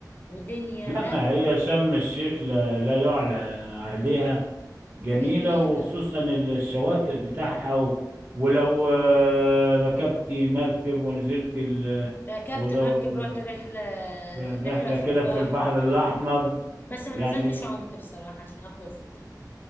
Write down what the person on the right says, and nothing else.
لا
ما هي شرم الشيخ لا, لا يعلى عليها جميلة
وخصوصا الشواطئ بتاعها و... ولو آه، ركبت مركب ونزلت ال...
ور-
رحلة
كده
في البحر الأحمر
يعني